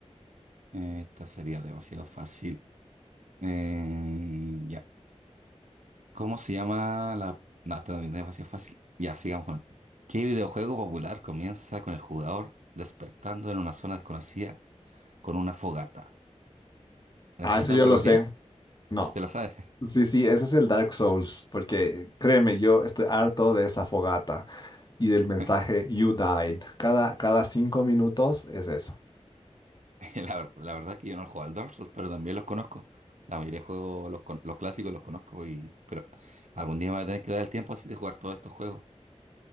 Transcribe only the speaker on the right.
Eh, esta sería demasiado fácil. Eh, ya. ¿Cómo se llama la...? No, esta también es demasiado fácil. Ya, sigamos con esto. ¿Qué videojuego popular comienza con el jugador despertando en una zona desconocida con una fogata? ¿Necesita
alternativa?
¿Usted la sabe?
<laughs>
La, ver- la verdad que yo no he jugado al Dark Souls, pero también los conozco. La mayoría de juegos, los, con- los clásicos los conozco y... Pero algún día me voy a tener que dar el tiempo así de jugar todos estos juegos,